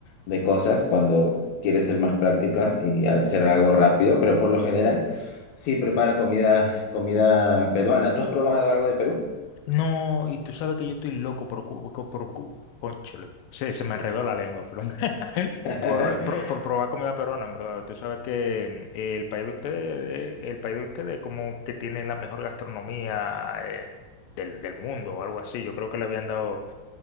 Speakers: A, on the left; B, on the left.
A: de cosas cuando quiere ser más práctica y hacer algo rápido, pero por lo general, sí prepara comida, comida peruana. ¿Tú has probado algo de Perú?
B: No, y tú sabes que yo estoy loco por, cu- co- por, cu- cónchale, se, se me enredó la lengua, pero <laughs>
A: <laughs>
B: por, por, por probar comida peruana, en verdad. Tú sabes que mm, el país de ustedes, el país de ustedes como que tiene la mejor gastronomía eh, del, del mundo o algo así. Yo creo que le habían dado,